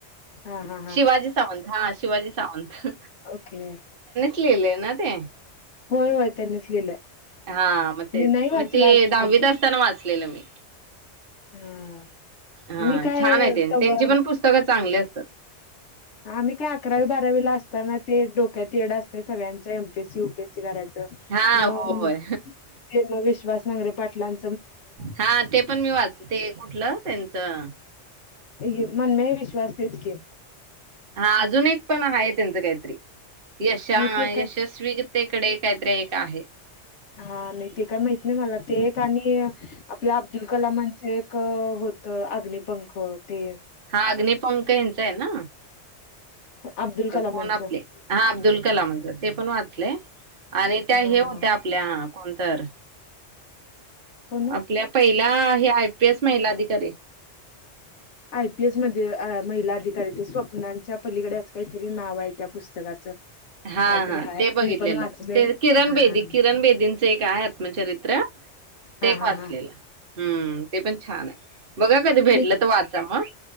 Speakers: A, on the left (about 80°); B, on the right (about 50°).
A: हा हा हा
B: शिवाजी सावंत हा शिवाजी शांत
A: ओके
B: लेलंय ना ते
A: होय होय त्यांनीच लिहिलंय.
B: हा मग तेच
A: नाही वाचला
B: मी ते
A: अजून
B: दहावीत
A: कधी
B: असताना वाचलेलं मी
A: हा
B: हा
A: मी काय
B: छान आहे तेन
A: तवा
B: त्यांची पण पुस्तक चांगले असतात.
A: आम्ही काय अकरावी बारावीला असताना ते डोक्यात येड अस ते सगळ्याच्या M P S C U P S C करायंच
B: हा
A: मग
B: होय
A: ते मग विश्वासे नांगरे पाटलां
B: हा ते पण मी वाच ते कुठलं त्यांचं
A: हे मन मे हे विश्वास तेच की
B: हा अजून एक पण हाय त्यांचं काहीतरी यशा
A: मी ते
B: यशस्वीते कडे कायतरी एक आहे.
A: हा नाही ते काय माहित नाही मला ते एक आणि आपल्या अब्दुल कलामांचे ए क होत अग्निपंख ते
B: हा अग्निपंख यांचा आहे ना
A: अब्दुल कलामांचं
B: कोण आपले हा अब्दुल कलामच ते पण वाचलय आणि त्या
A: हा
B: हे होत्या आपल्या कोणं तर
A: कोण
B: आपल्या पहि त्या हे आय पी एस महिला अधिकारी
A: आय पी एस मध्ये अ महिला अधिकारी ते स्वप्नांच्या पलीकडे असं काहीतरी नाव आहे त्या पुस्तकाचं
B: हा
A: काहीतरी
B: हा
A: हाय
B: ते बघितलेलं
A: मी पण वाचले
B: ते किरण
A: हा
B: बेदी किरण बेदींचं एक आहे आत्मचरित्र ते
A: हा
B: एक
A: हा
B: वाचलेलं.
A: हा
B: हूं ते पण छान आहे. बघा कधी भेटलं
A: ते
B: तर वाचा मग